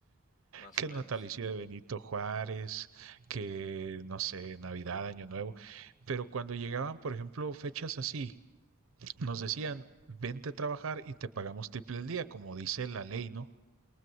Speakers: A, on the left (about 35°); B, on the right (about 65°).
A: más
B: que
A: o
B: el
A: menos.
B: natalicio de Benito Juárez, que no sé, Navidad, Año Nuevo, pero cuando llegaban, por ejemplo, fechas así, nos decían,
A: Ujú,
B: vente a trabajar y te pagamos triple el día, como dice la ley, ¿no?